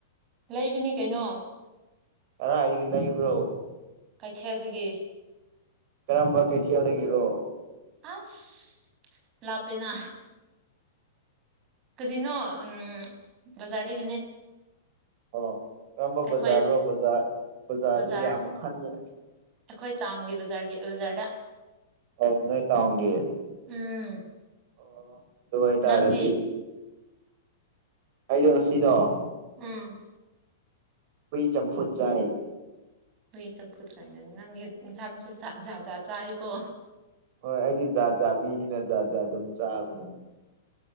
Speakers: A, on the right; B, on the right.
A: ꯂꯩꯕꯅꯤ ꯀꯩꯅꯣ
B: ꯑꯔ ꯍꯥꯏꯒꯂ ꯏꯕ꯭ꯔꯣ
A: ꯀꯩꯊꯦꯜꯗꯒꯤ
B: ꯀꯔꯝꯕ ꯀꯩꯊꯦꯜꯗꯒꯤꯔꯣ
A: ꯑꯁ ꯂꯥꯛꯄꯦꯅꯥ ꯀꯔꯤꯅꯣ ꯎꯝ ꯕꯖꯥꯔꯗꯒꯤꯅꯦ
B: ꯑꯣ ꯀꯔꯝꯕ
A: ꯑꯩꯈꯣꯏ
B: ꯕꯖꯥꯔꯅꯣ ꯕꯖꯥꯔ ꯕꯖꯥꯔꯁ
A: ꯕꯖꯥꯔ
B: ꯌꯥꯝ ꯈꯟꯉꯦ
A: ꯑꯩꯈꯣꯏ ꯇꯥꯎꯟꯒꯤ ꯕꯖꯥꯔꯒꯤ ꯑꯦꯋꯖꯥꯔꯗ
B: ꯑ ꯅꯣꯏ ꯇ ꯑꯣꯡꯒꯦ
A: ꯎꯝ
B: ꯑꯣ ꯑꯗꯨꯗꯨꯕꯏ ꯇꯥꯔꯗꯤ
A: ꯅꯪꯗꯤ
B: ꯑꯩꯗꯣ ꯉꯁꯤꯗꯣ
A: ꯎꯝ
B: ꯀꯏ ꯆꯝꯐꯨ ꯆꯥ
A: ꯇꯏ ꯆꯝ ꯐꯠ ꯈꯥꯏꯅ ꯅꯪ ꯏꯟꯁꯥꯡꯁꯨ ꯁꯥꯖꯥꯖꯥ ꯆꯥꯔꯀ
B: ꯍꯣꯏ ꯑꯩꯗꯤ ꯖꯥꯠ ꯖꯥꯠ ꯃꯤꯅꯤꯅ ꯖꯥꯠ ꯖꯥꯠ ꯑꯗꯨꯝ ꯆꯥꯕꯅꯦ